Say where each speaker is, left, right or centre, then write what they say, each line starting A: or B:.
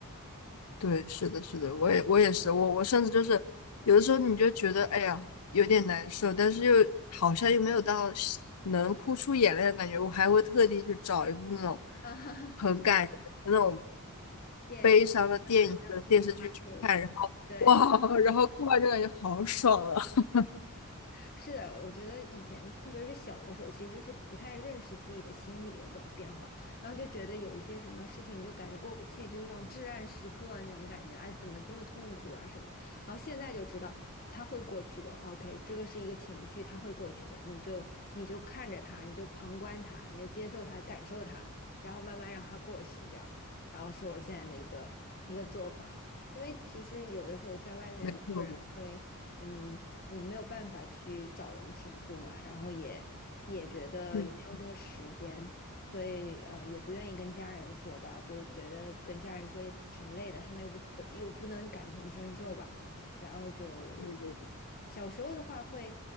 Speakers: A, on the left (about 85°); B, on the left (about 40°).
A: 对，是的，是的，我也我也是，我我甚至就是有的时候你就觉得哎呀有点难受，但是又好像又没有到是能哭出眼泪的感觉，我还会特地去找一部那种
B: <laughs> 啊哈哈，
A: 很感人的那种
B: <laughs> 电视
A: 悲伤的电影和电视剧去看，
B: 上让自己发泄一下。
A: 然后哇，
B: 对。
A: 然后哭完就感觉好爽啊！<laughs>
B: 是的，我觉得以前，特别是小的时候，其实是不太认识自己的心理的这种变化，然后就觉得有一些什么事情，你就感觉过不去，就那种至暗时刻那种感觉，哎，怎么这么痛苦啊什么？然后现在就知道它会过去的，OK，这个是一个情绪，它会过去的，你就你就看着它，你就旁观它，你就接受它，感受它，然后慢慢让它过去，这样，然后是我现在的一个一个做法。因为其实有的时候在外面，
A: 没错，
B: 我个人会，
A: 没错
B: 嗯，没没有办法去找人倾诉嘛，然后也也觉得也没有那个时间，
A: 嗯，
B: 所以呃也不愿意跟家人说吧，就觉得跟家人说也挺累的，他们又不得又不能感同身受吧，然后就嗯小时候的话会
A: 对对